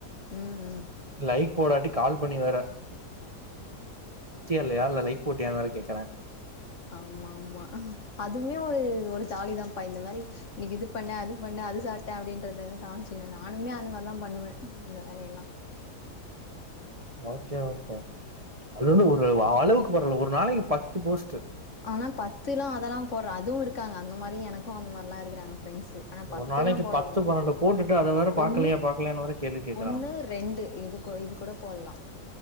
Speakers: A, on the left (about 50°); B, on the right (about 25°).
A: ம்
B: லைக் போடாட்டி கால் பண்ணி வேர இல்லையா இல்ல லைக் போட்டியான்னு வேற கேக்குறே
A: ஆமா ஆமா அதுமே ஒரு ஒரு ஜாலிதாப்பா இந்த மாரி இன்னிக்கு இது பண்ண அது பண்ண அது சாப்பிட்டே அப்பிடின்றத தாச்சுன்னா நானுமே அந்த மாரில்லா பண்ணுவே அந்த வேலையெல்லா
B: ஓகே ஓகே அது வந்து ஒரு அளவுக்கு போறல்ல ஒரு நாளைக்கு பத்து போஸ்ட்
A: ஆனா பத்துல்லா அதெல்லா போடறா அதுவு இருக்காங்க அந்த மாரி எனக்கு அந்த மாரிலா இருக்கறாங்க ஃப்ரெண்ட்ஸ் ஆனா பத்துல்லா
B: ஒரு நாளைக்கு
A: போடக்கூடாது
B: பத்து பன்னெண்டு போட்டுட்டு அத வேற பாக்கலையா
A: ஒன்னு
B: பாக்கலையான்னு வேற கேள்வி கேக்குறாங்க
A: ஒன்னு ரெண்டு இது கூ இது கூட போலா